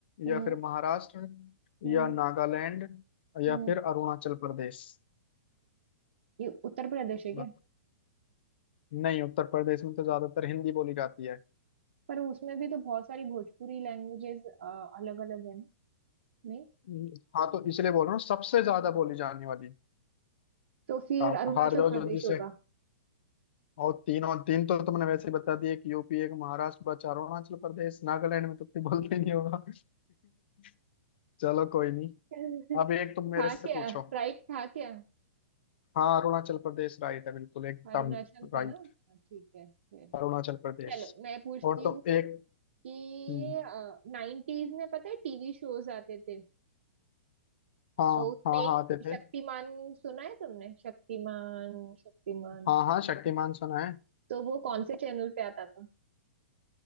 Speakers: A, on the right; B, on the left.
A: हम्म
B: या फिर महाराष्ट्र
A: हम्म
B: या नागालैंड या
A: हम्म
B: फिर अरुणाचल प्रदेश
A: ये उत्तर प्रदेश है क्या
B: बत- नहीं उत्तर प्रदेश में तो ज्यादातर हिंदी बोली जाती है
A: पर उसमें भी तो बहुत सारी भोजपुरी लैंग्वेजेस अलग अलग है ना नहीं
B: हम्म, हाँ तो इसलिए बोल रहा हूँ सबसे ज्यादा बोली जाने वाली
A: तो फिर
B: आप
A: अरुणाचल
B: हार जाओ
A: प्रदेश
B: जल्दी
A: होगा
B: से और तीन और तीन तो तुमने वैसे ही बता दिए कि यूपी एक महाराष्ट्र बचा अरुणाचल प्रदेश नागालैंड में तो कोई बोलते ही नहीं होगा <laughs> चलो कोई नहीं
A: <laughs>
B: अब एक तुम मेरे
A: था
B: से
A: क्या
B: पूछो
A: राइट था क्या
B: हाँ अरुणाचल प्रदेश राइट है बिल्कुल एकदम
A: अरुणाचल था
B: राइट
A: ना हाँ, ठीक है फिर
B: अरुणाचल प्रदेश
A: चलो मैं पूछती
B: और तो
A: हूँ
B: एक
A: कि
B: हम्म,
A: नाइन्टीज में पता है टीवी शोज आते थे
B: हाँ
A: तो उसमें
B: हाँ
A: एक
B: हाँ आते थे
A: शक्तिमान सुना है तुमने शक्तिमान शक्तिमान
B: हाँ हाँ शक्तिमान सुना है
A: तो वो कौन से चैनल पे आता था